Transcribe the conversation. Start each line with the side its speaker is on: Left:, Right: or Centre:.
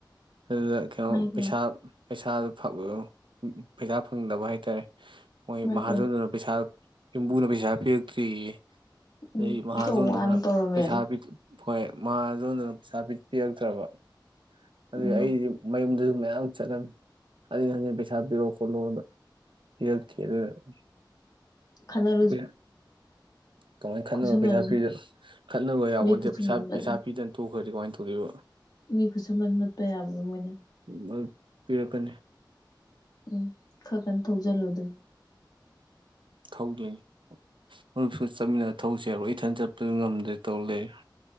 Right: ꯑꯗꯨꯗ ꯀꯩꯅꯣ
Left: ꯃꯥꯏ ꯄꯦꯝ
Right: ꯄꯩꯁꯥ ꯄꯩꯁꯥꯗꯨ <unintelligible> ꯄꯩꯁꯥ ꯐꯪꯗꯕ ꯍꯥꯏꯇꯥꯔꯦ ꯃꯣꯏ
Left: ꯃꯥꯏ
Right: ꯃꯍꯥꯖꯣꯟꯗꯨꯅ
Left: ꯄꯦꯝ
Right: ꯄꯩꯁꯥ ꯌꯨꯝꯕꯨꯅ ꯄꯩꯁꯥ ꯄꯤꯔꯛꯇ꯭ꯔꯤꯌꯦ
Left: ꯎꯝ
Right: ꯑꯗꯩ ꯃꯍꯥꯖꯣꯟꯗꯨꯅ
Left: ꯑꯣꯟꯊꯣꯛ ꯋꯥꯅ ꯇꯧꯔꯝꯃꯦꯅ
Right: ꯄꯩꯁꯥ <unintelligible> ꯍꯣꯏ ꯃꯍꯥꯖꯣꯟꯗꯨꯅ ꯄꯩꯁꯥ ꯄꯤꯕꯤꯔꯛꯇ꯭ꯔꯕ ꯑꯗꯨꯏ
Left: ꯎꯝ
Right: ꯑꯩꯗꯤ ꯃꯌꯨꯝꯗ ꯃꯌꯥꯝ ꯆꯠꯂꯅꯤ, ꯍꯖꯤꯟ ꯍꯖꯤꯟ ꯄꯩꯁꯥ ꯄꯤꯔꯣ ꯈꯣꯠꯂꯣꯅ <unintelligible>
Left: ꯈꯪꯉꯦ
Right: ꯑꯦ ꯀꯃꯥꯏꯅ ꯈꯠꯅꯕ
Left: ꯈꯨꯠꯁꯨꯃꯟꯕ
Right: ꯄꯩꯁꯥ ꯄꯤꯗꯅ ꯈꯠꯅꯕ ꯌꯥꯄꯣꯠꯇꯦ
Left: ꯃꯤ ꯈꯨꯠꯁꯨꯃꯟꯕꯅ
Right: ꯄꯩꯁꯥ ꯄꯩꯁꯥ ꯄꯤꯗꯅ ꯇꯣꯛ ꯇꯣꯛꯈ꯭ꯔꯗꯤ ꯀꯃꯥꯏ ꯇꯧꯗꯣꯏꯕ
Left: ꯃꯤ ꯈꯨꯁꯨꯃꯟ ꯃꯠꯄ ꯌꯥꯕ꯭ꯔꯣ ꯃꯣꯏꯅ
Right: ꯃꯔꯨꯞ ꯄꯤꯔꯛꯀꯅꯤ
Left: ꯎꯝ ꯈꯔ ꯀꯟꯅ ꯊꯧꯖꯜꯂꯣ ꯑꯗꯨꯗꯤ
Right: ꯊꯧꯗꯣꯏꯅꯤ ꯃꯔꯨꯞꯁꯨ ꯆꯠꯃꯤꯟꯅꯔ ꯊꯧꯔꯨꯁꯦ ꯍꯥꯏꯕ꯭ꯔꯣ ꯑꯩ ꯏꯊꯟꯇ ꯆꯠ ꯗꯨ ꯉꯝꯗ꯭ꯔꯦ ꯇꯧ ꯂꯩꯔꯦ